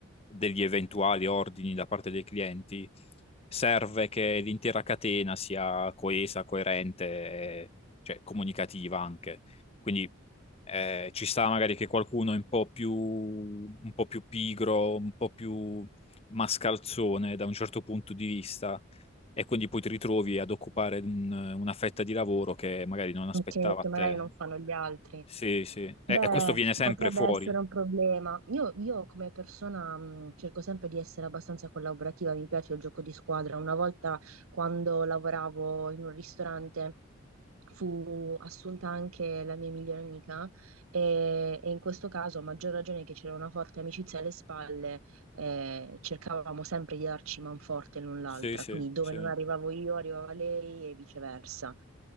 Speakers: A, on the left; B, on the right.
A: degli eventuali ordini da parte dei clienti, serve che l'intera catena sia coesa, coerente, e, cioè comunicativa anche. Quindi eh, ci sta magari che qualcuno è un po' più, un po' più pigro, un po' più mascalzone da un certo punto di vista, e quindi poi ti ritrovi ad occupare un- una fetta di lavoro che magari non aspettava
B: Ok, che
A: a
B: magari
A: te.
B: non fanno gli altri.
A: Sì, sì. E,
B: Beh,
A: e questo viene sempre
B: potrebbe
A: fuori.
B: essere un problema. Io, io come persona mh, cerco sempre di essere abbastanza collaborativa, mi piace il gioco di squadra. Una volta quando lavoravo in un ristorante fu assunta anche la mia migliore amica e, e in questo caso, a maggior ragione che c'era una forte amicizia alle spalle, eh, cercavamo sempre di darci manforte l'un l'altra,
A: Sì, sì,
B: quindi dove
A: sì.
B: non arrivavo io arrivava lei e viceversa.